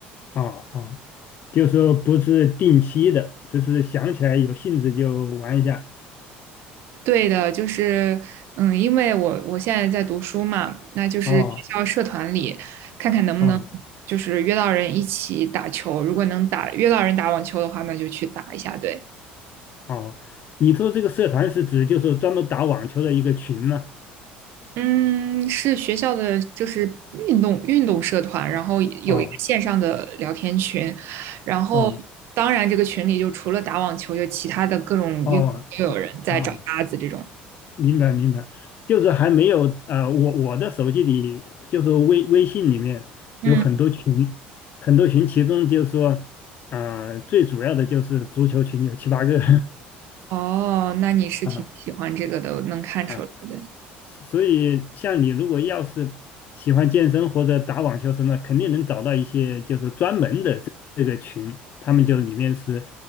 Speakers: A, on the left; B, on the right.
A: 啊啊，就是说不是定期的，只是想起来有兴致就玩一下。
B: 对的，就是，嗯，因为我我现在在读书嘛，那就是学校社团里看看能不能就是约到人一起打球，
A: 哦哦
B: 如果能打约到人打网球的话，那就去打一下。对，
A: 哦，你说这个社团是指就是专门打网球的一个群吗？
B: 嗯，是学校的就是运动运动社团，然后有一个线上的聊天群，
A: 哦
B: 然后当然这个群里就除了打网球，
A: 哦
B: 就其他的各种运动都有人在找搭子这种。
A: 哦哦明白明白，就是还没有呃，我我的手机里就是微微信里面有很多群，
B: 嗯，
A: 很多群，其中就是说，呃，最主要的就是足球群有七八个
B: 哦，那你是挺喜欢这个的，
A: <laughs> 啊，
B: 我能看出来的。
A: 啊，所以像你如果要是喜欢健身或者打网球什么，肯定能找到一些就是专门的这这个群，他们就里面是